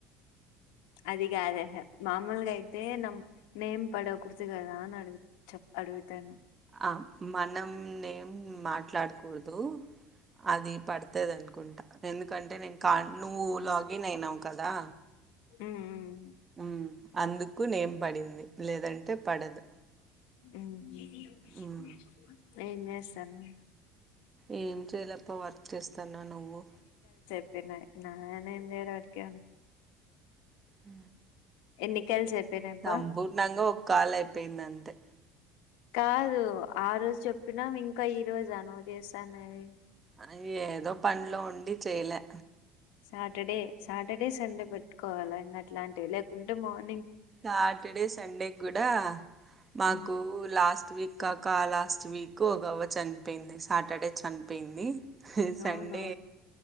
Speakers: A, on the left; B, on the right.
A: అదిగాదే హే మామూలుగా అయితే నమ్ నేమ్ పడవ కుర్తిగాదాని అడుగుప్ప అడుగు అడుగుతాను
B: ఆ మనం నేం మాట్లాడకూడదు అది పడుతది అనుకుంటా ఎందుకంటే నేను క నువ్వులాగన్ అయినవ్ కదా
A: ఉమ్ ఉమ్
B: ఉమ్ అందుకు నేం పడింది లేదంటే పడదు
A: ఉమ్
B: ఉమ్
A: ఉ ఏం చేస్థాండవ్
B: ఏం చేయలేప్ప వర్క్ చేస్త తన నువ్వు
A: న్న నాన ఎేరరికి
B: అ
A: ఎన్నికల్స్ అయిపోయినాయి
B: సంపూర్ణంగా
A: పా
B: ఒక కాల్ అయిపోయింది అంతే
A: కాదు ఆ రోజు జెప్పినా ఇంకా ఈ రోజు నువ్ జేస్తాన్నది
B: అ ఏదో పంలో ఉండి చెయలే
A: సాటర్డే సాటర్డే సండే పెట్టుకోవాలా ఇంగ అట్లాంటివి లేకుంటే మార్
B: సాటర్డే సండే కూడా మాకు
A: ఉమ్,
B: లాస్ట్ వీక్ ఇం కాక లాస్ట్ వీక్ ఒగవ్వ చనిపోయింది సాటర్డే చనిపోయింది సండే
A: అవునా